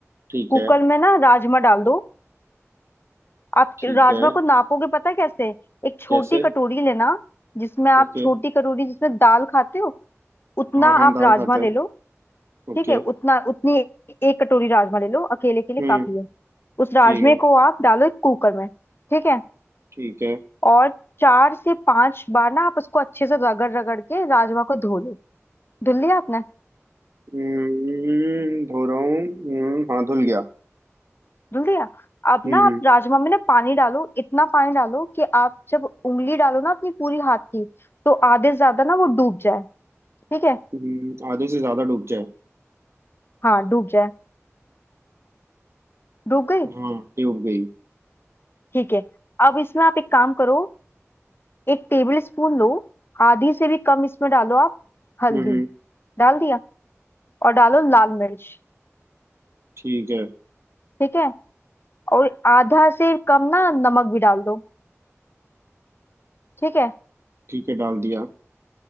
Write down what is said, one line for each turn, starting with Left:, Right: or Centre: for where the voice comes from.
Right: ठीक
Left: कुकर
Right: है
Left: में ना राजमा डाल दो आप
Right: ठीक
Left: राजमा
Right: है
Left: को नापोगे पता है कैसे एक छोटी
Right: कैसे
Left: कटोरी लेना जिसमें आप
Right: ओके
Left: छोटी कटोरी जिसमें दाल खाते हो उतना
Right: हाँ हाँ
Left: आप
Right: दाल
Left: राजमा
Right: खाते
Left: ले
Right: हैं
Left: लो
Right: ओके
Left: ठीक है उतना उतनी एक कटोरी राजमा ले लो अकेले के लिए
Right: हम्म
Left: काफी है उस राजमे
Right: ठीक है
Left: को आप डालो एक कुकर में ठीक है
Right: ठीक है
Left: और चार से पांच बार ना आप उसको अच्छे से रगड़ रगड़ के राजमा को धो लो धुल लिया आपने
Right: हम्म धो रहा हूँ हम्म, हाँ धुल गया
Left: धुल दिया अब
Right: हम्म
Left: ना आप राजमा में ना पानी डालो इतना पानी डालो कि आप जब उंगली डालो ना अपनी पूरी हाथ की तो आधे से ज्यादा ना वो डूब जाए ठीक है
Right: हम्म हम्म, आधे से ज्यादा डूब जाए
Left: हाँ डूब जाए डूब गई
Right: हाँ डूब गई
Left: ठीक है अब इसमें आप एक काम करो एक टेबल स्पून लो आधी से भी कम इसमें डालो आप हल्दी
Right: हम्म हम्म
Left: डाल दिया और डालो लाल मिर्च
Right: ठीक है
Left: ठीक है और आधा से कम ना नमक भी डाल दो ठीक है
Right: ठीक है डाल दिया